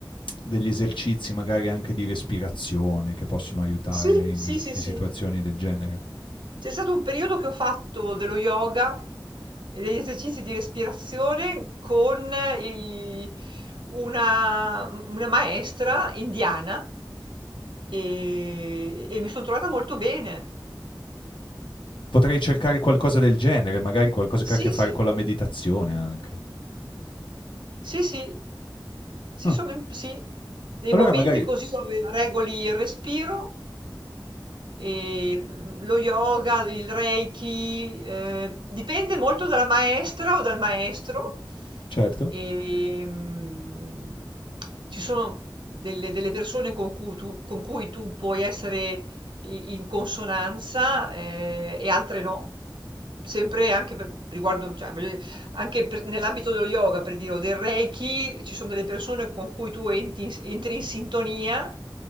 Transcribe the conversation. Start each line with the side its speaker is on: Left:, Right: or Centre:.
Left: degli esercizi magari anche di respirazione che possono aiutare
Right: Sì,
Left: in,
Right: sì, sì,
Left: in
Right: sì.
Left: situazioni del genere?
Right: C'è stato un periodo che ho fatto dello yoga e degli esercizi di respirazione con i una u una maestra indiana, ehm, e mi son trovata molto bene.
Left: Potrei cercare qualcosa del genere, magari qualcosa
Right: Sì,
Left: che ha a che fare
Right: sì.
Left: con la meditazione anche.
Right: Sì, sì. Sì,
Left: Ah,
Right: sono im sì. Dei
Left: allora
Right: momenti
Left: magari
Right: così dove regoli il respiro. e lo yoga, il reiki, eh, dipende molto dalla maestra o dal maestro.
Left: certo,
Right: E, mm, ci sono delle, delle persone con cui tu, con cui tu puoi essere i- in consonanza, eh, e altre no. Sempre anche per, riguardo, cioè, voglio dire, anche per- nell'ambito dello yoga, per dire, o del Reiki, ci sono delle persone con cui tu enti- entri in sintonia